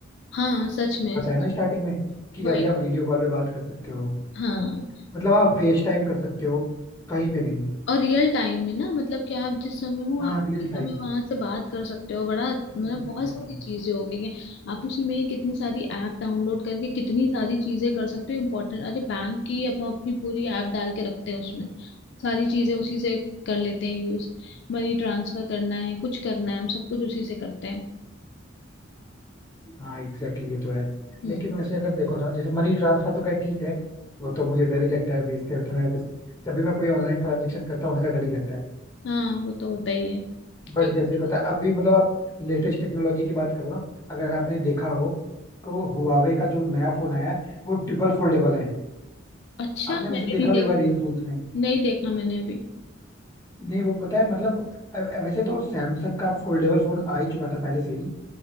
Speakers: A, on the left; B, on the left.
A: हाँ सच में
B: पता
A: सच
B: है ना स्टार्टिंग
A: में
B: में कि
A: वही
B: अभी आप वीडियो कॉल पे बात कर सकते हो
A: हाँ
B: मतलब आप फेस टाइम कर सकते हो कहीं पे भी
A: और रियल टाइम में ना मतलब कि आप जिस समय हो
B: हाँ
A: आप
B: रियल
A: उसी समय
B: टाइम
A: वहां से बात कर सकते हो बड़ा मतलब
B: एग्जैक्टली
A: बहुत सारी चीजें हो गई हैं आप उसी में ही कितनी सारी ऐप डाउनलोड करके कितनी सारी चीजें कर सकते हो इम्पोर्टेंट अरे बैंक की अब हम अपनी पूरी ऐप डाल के रखते हैं उसमें सारी चीजें उसी से कर लेते हैं यूज मनी ट्रांसफर करना है कुछ करना है हम सब कुछ उसी से करते हैं
B: हाँ एग्जैक्टली ये तो है
A: हम्म
B: लेकिन वैसे अगर देखो ना जैसे मनी ट्रांसफर तो क्या ठीक है वो तो मुझे डर ही लगता है भेजते हुए मैं जब भी मैं कोई ऑनलाइन ट्रांजेक्शन करता हूँ ऐसा डर ही लगता है
A: हाँ वो तो होता ही है
B: बट
A: क्योंकि
B: जैसे बता अभी मतलब आप लेटेस्ट टेक्नोलॉजी की बात करो ना अगर आपने देखा हो तो हुआवे का जो नया फोन आया है वो ट्रिपल फोल्डेबल है
A: अच्छा
B: आपने
A: मैंने
B: वैसे देखा
A: नहीं देख
B: भी होगा रील फूल्स में
A: नहीं देखा मैंने अभी
B: नहीं वो पता है मतलब अ- अ- वैसे तो सैमसंग का फोल्डेबल फोन आ ही चुका था पहले से ही